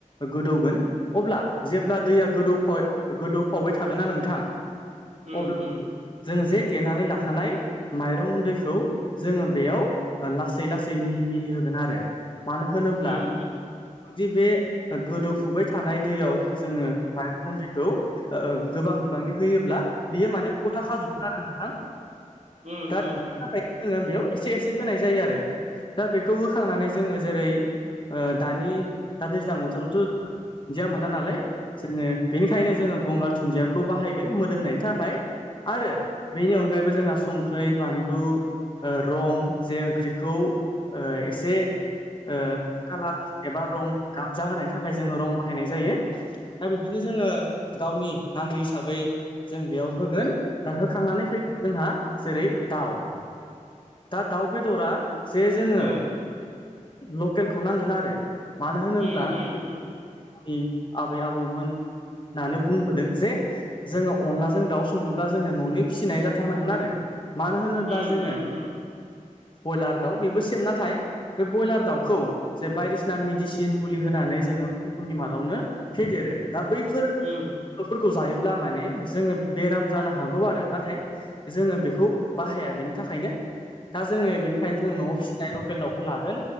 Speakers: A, on the left (about 35°); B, on the right (about 55°).
A: गोदौगोन अब्ला जेब्ला दैया गोदौफाव गोदौफावबाय थागोनना नोंथां
B: उम
A: अब्ला
B: उम
A: जों जे देनानै लाखानाय माइरं गुन्दैखौ जोङो बेयाव लासै लासै मिहि मिहि होगोन आरो मानो होनोब्ला
B: उम
A: जुदि बे गोदौफुबाय थानाय दैयाव जोङो माइरं खुन्दैखौ गोबां बिबांनि होयोब्ला बियो माने गथा खाजोबगोन आरो नोंथां।
B: उम
A: दा
B: उम
A: बेनि
B: उम
A: थाखायनो जोङो बेयाव एसे एसे होनाय जायो आरो। दा बेखौ होखांनानै जोङो जेरै दानि दा दैज्लां बोथोरावथ' दुन्दिया मोना नालाय जोङो बेनिखायनो जोङो गंगार दुन्दियाखौ बाहायगोन मोदोमनायनि थाखाय। आरो बेनि अनगायैबो जोंहा संख्रि बानलु ओ रं जे ओंख्रिखौ ओ एसे ओ कालार एबा रं गाबजाहोनायनि थाखाय जोङो रं बाहायनाय जायो। दा बिब्दिनो जोङो गावनि नांगौ हिसाबै जों बेयाव होगोन दा होखांनानै फैगोन जोंहा जेरै दाउ दा दाउ बेदरा जे जोङो
B: ओ
A: लकेलखौ नांगोन आरो मानो होनोब्ला
B: उम उम
A: जोंनि
B: उम
A: आबै आबौमोन होननानै बुंबोदों जे जोङो अनलाजों दाउ संनोब्ला जोङो न'नि फिसिनाय जाथारनांगोन आरो। मानो होनोब्ला
B: उम
A: जोङो
B: उम उम
A: बयलार दाउ बेबो सेम नाथाय बे ब्रयलार दाउखौ जे बायदिसिना मेडिसिन मुलि होनानै जोङो खम समनि मादावनो फेदेरो दा बैफोर
B: उम
A: फोरखौ जायोब्ला माने जोङो बेराम जानो हागौ आरो नाथाय जोङो बेखौ बाहाया बेनि थाखायनो दा जोङो बेनिखायनो जों न'आव फिसिनाय लकेल दाउखौ लागोन।